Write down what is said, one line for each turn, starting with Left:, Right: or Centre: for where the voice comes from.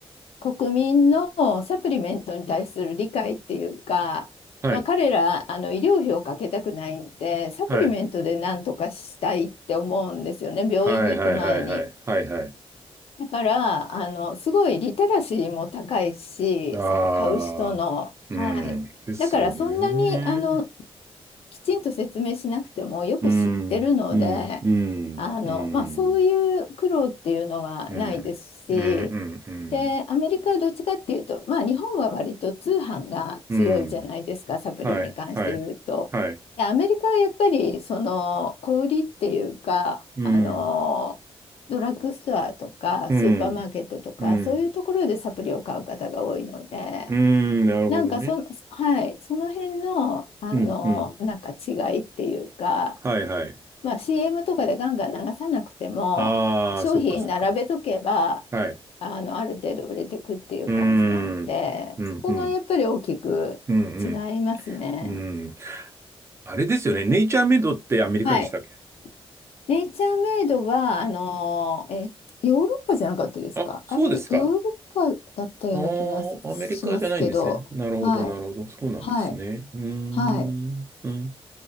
Left: 国民のサプリメントに対する理解っていうか、
Right: はい、
Left: まあ、彼らあの医療費をかけたくないんでサプリメントでなんとかしたいって思うんですよね病院に行く前に。
Right: はい、はい、はい、はい、はい、はい、はい。
Left: だから、あの、すごいリテラシーも高いし、
Right: ああ、
Left: その買う人の、
Right: うん、
Left: はい。
Right: ですよね。
Left: だからそんなに、あの、きちんと説明しなくてもよく知ってるので、
Right: うん、うん、うん、
Left: あの、
Right: うん、うん、
Left: まあ、そういう苦労っていうのはないですし、
Right: うん、うん、うん、
Left: で、アメリカはどっちかっていうと、まあ、日本は割と通販が強いじゃないですか、
Right: うん
Left: サプリに関して言うと。
Right: はい、はい、はい、
Left: で、アメリカはやっぱり、その、小売りっていうか、
Right: うん、
Left: あの、ドラッグストアとか、
Right: うん、
Left: スーパーマーケットとか、
Right: うん、
Left: そういうところでサプリを買う方が多いので、
Right: うん、なるほどね。
Left: なんかその、はい、その辺の、あの、
Right: うん、うん、
Left: なんか違いっていうか、
Right: はい、はい。
Left: まあ、CM とかでガンガン流さなくても、
Right: ああ、
Left: 商品並べとけば、
Right: そっか、そっか。はい。
Left: あの、ある程度売れてくっていう感じなんで、
Right: うーん、うん、
Left: そこがやっぱり大きく違いますね。
Right: うん、うん、うん、うん。あれですよね。ネイチャーメイドってアメリカでしたっけ
Left: はい。ネイチャーメイドは、あの、え、ヨーロッパじゃなかったですかあれ、
Right: あ、そうですか。
Left: ヨーロッパだったような気がしますけど、
Right: ああ、アメリカじゃないんですね。なるほど、
Left: はい、
Right: なるほど。そうなんですね。
Left: はい、
Right: うーん。
Left: はい。
Right: うん。